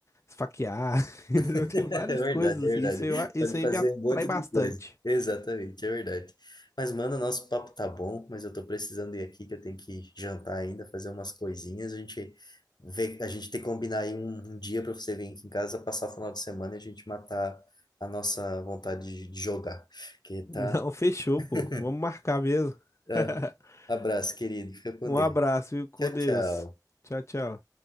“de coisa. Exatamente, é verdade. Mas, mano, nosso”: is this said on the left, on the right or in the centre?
Left